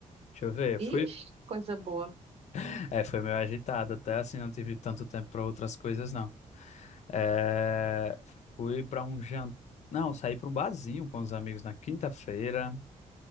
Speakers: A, on the left; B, on the right.
A: Deixa eu ver,
B: Ixi,
A: fui,
B: coisa boa.
A: <laughs> é, foi meio agitado, até assim, não tive tanto tempo para outras coisas, não. É, fui para um jantar. Não, saí para um barzinho com os amigos na quinta-feira.